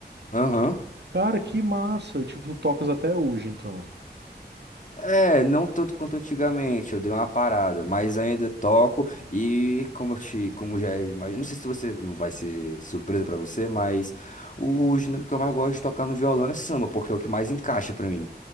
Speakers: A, on the left; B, on the right.
A: Aham.
B: Cara, que massa. E, tipo, tu tocas até hoje, então.
A: É, não tanto quanto antigamente, eu dei uma parada, mas ainda toco e como eu te, como já é, mas não sei se você, não vai ser surpresa pra você, mas o gênero que eu mais gosto de tocar no violão é samba, porque é o que mais encaixa pra mim.